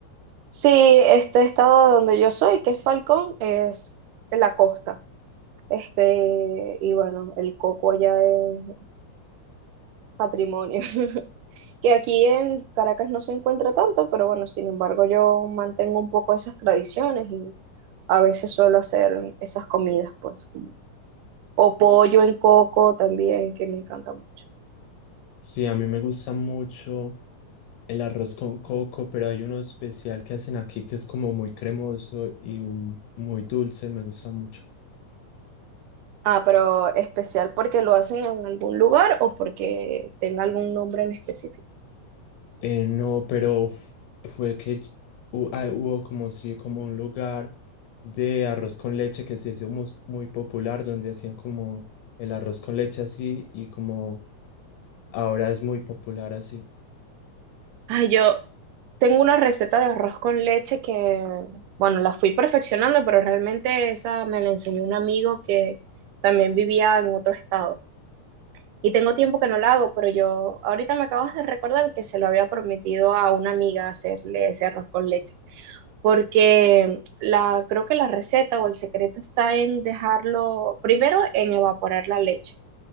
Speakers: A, on the right; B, on the left.
A: Sí, este estado donde yo soy, que es Falcón, es en la costa. Este, y bueno, el coco allá es patrimonio. <laughs> Que aquí en Caracas no se encuentra tanto, pero bueno, sin embargo, yo mantengo un poco esas tradiciones y a veces suelo hacer esas comidas, pues, como, o pollo en coco también, que me encanta mucho.
B: Sí, a mí me gusta mucho el arroz con coco, pero hay uno especial que hacen aquí que es como muy cremoso y mm, muy dulce, me gusta mucho.
A: Ah, pero especial porque lo hacen en algún lugar o porque tenga algún nombre en específico.
B: Eh, no, pero f- fue que ll- hu- ah, hubo como sí, como un lugar de arroz con leche que se hizo mus- muy, popular, donde hacían como el arroz con leche así y como ahora es muy popular así.
A: Ay, yo tengo una receta de arroz con leche que, bueno, la fui perfeccionando, pero realmente esa me la enseñó un amigo que también vivía en otro estado. Y tengo tiempo que no la hago, pero yo ahorita me acabas de recordar que se lo había prometido a una amiga hacerle ese arroz con leche, porque la, creo que la receta o el secreto está en dejarlo primero en evaporar la leche.